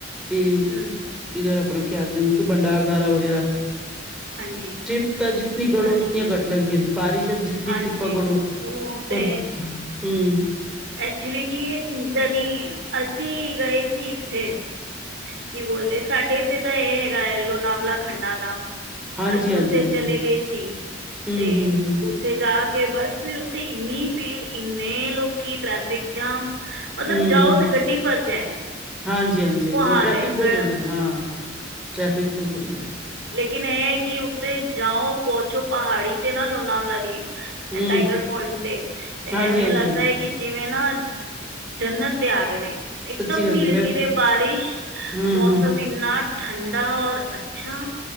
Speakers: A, in the centre; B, on the right (about 65°).
A: ਇਹ
B: ਹੂੰ
A: ਇੱਧਰ ਆਪਣਾ ਕੀ ਆਖਦੇ ਨੇ ਸੁਭੰਡਾਰ ਦਾਰਾ ਵਗੈਰਾ
B: ਹਾਂਜੀ
A: ਟਿਪ ਤਾਂ ਜਿੱਤਨੀ ਘੜੋ
B: ਅੱਛਾ
A: ਉਤਨੀਆਂ ਘੱਟ ਲਗਦੀਆਂ ਬਾਰਿਸ਼ ਵਿੱਚ ਦਿ
B: ਹਾਂਜੀ
A: ਟਿਰਿਪਾ ਕਰੋ
B: ਉਹ
A: ਪਰ
B: ਤਾਂ
A: ਹਮਮ
B: ਐਕਚੁਲੀ ਕੀ ਇਹ ਚੀਜ਼ ਦਾ ਨ ਅਸੀਂ ਗਏ ਸੀ ਇੱਥੇ ਕੀ ਬੋਲਦੇ ਸਾਡੇ ਇੱਥੇ ਤਾਂ ਇਹ ਹੈਗਾ ਆ ਲੋਨਾਵਲਾ ਖੰਡਾਲਾ
A: ਹਾਂਜੀ,
B: ਅਸੀਂ
A: ਹਾਂਜੀ,
B: ਉੱਥੇ
A: ਹਾਂਜੀ।
B: ਚਲੇ ਗਏ ਸੀ
A: ਹੂੰ,
B: ਤੇ
A: ਹੂੰ, ਹੂੰ,
B: ਉੱਥੇ ਜਾ ਕੇ ਬਸ ਫਿਰ ਉੱਥੇ ਇੰਨੀ ਭੀੜ ਇੰਨੇ ਲੋਕੀ ਟ੍ਰੈਫਿਕ ਜਾਮ ਮਤਲਬ
A: ਹੂੰ,
B: ਜਾਓ
A: ਹੂੰ।
B: ਤੇ ਗੱਡੀ ਫਸ ਜਾਏ
A: ਹਾਂਜੀ ਹਾਂਜੀ ਹਾਂਜੀ ਉਹ
B: ਹਾਲ
A: ਟ੍ਰੈਫਿਕ
B: ਹੈ
A: ਬਹੁਤ
B: ਗ-
A: ਹੁੰਦੇ ਹਾਂ ਟ੍ਰੈਫਿਕ ਬਹੁਤ ਹੁੰਦੈ
B: ਲੇਕਿਨ ਇਹ ਕਿ, ਉੱਤੇ ਜਾਓ ਪਹੁੰਚੋ ਪਹਾੜੀ ਤੇ ਨਾ ਲੋਨਾਵਾਲਾ ਦੀ ਇਹ
A: ਹੂੰ,
B: ਟਾਈਗਰ ਪੁਆਇੰਟ ਤੇ ਤੇ
A: ਹਾਂਜੀ,
B: ਐਵੇਂ
A: ਹਾਂਜੀ,
B: ਲੱਗਦਾ
A: ਹਾਂਜੀ।
B: ਹੈ ਕਿ, ਜਿਵੇਂ ਨਾ ਜਨਤ ਤੇ ਆ ਗਏ ਨੇ, ਇੱਕਦਮ
A: ਸੱਚੀ ਗੱਲ
B: ਧੀਰੇ
A: ਜੀ, ਮੈਂ
B: ਧੀਰੇ
A: ਵੀ ਹਾਂ,
B: ਬਾਰਿਸ਼
A: ਹਾਂ,
B: ਮੌਸਮ,
A: ਹੂੰ,
B: ਇੰਨਾ ਠੰਡਾ ਔਰ ਅੱਛਾ,